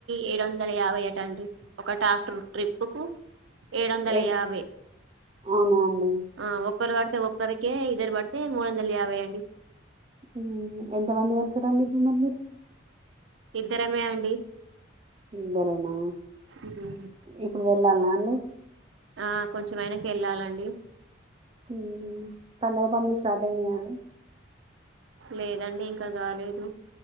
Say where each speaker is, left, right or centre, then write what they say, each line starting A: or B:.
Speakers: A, on the right; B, on the right.
A: ఎయి డు వందల యాభై అట అండి ఒక ట్రాక్టర్ ట్రిప్పు కు ఏడు వందల
B: ఏ
A: యాభై
B: అవునా అండి
A: ఆ ఓక్ ఒక్కలు పడితే ఒక్కరికే ఇద్దరు పడితే మూడు వందల యాభై అండి
B: ఉమ్ ఎంత మంది పడతారు అండి ఇప్పుడు మరి మీరు
A: ఇద్దరమే అండి
B: ఇద్దరేనా
A: ఉమ్.
B: ఇప్పుడు వెళ్ళాల్నా అండి
A: ఆ కొంచెం అయినంక ఎల్లాలి అండి
B: మ్ పండగ పనులు స్టార్ట్ అయినయ అండి
A: లేదండి ఇంకా కాలేదు